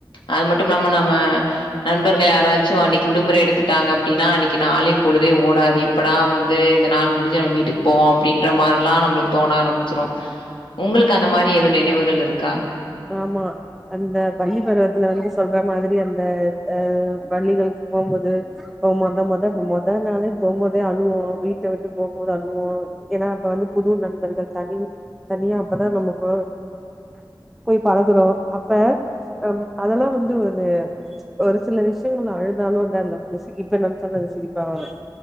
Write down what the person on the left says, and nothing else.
அது மட் ட்டும் நாம நம்ம நண்பர்கள் யாராச்சும் அன்னைக்கு விடுமுறை எடுத் த்துட்டாங்க அப்டின்னா அன்னைக்கு நாளே பொழுதே ஓடாது எப்படா வந்து இந்த நாள் முடிஞ்சு நம்ம வீட்டுக்கு போம் அப்டின்ற மாரிலா நம்மளுக்கு தோண ஆரம்பிச்சிரும் உங்களுக்கு அந்த மாரி எது நினைவுகள் இருக்கா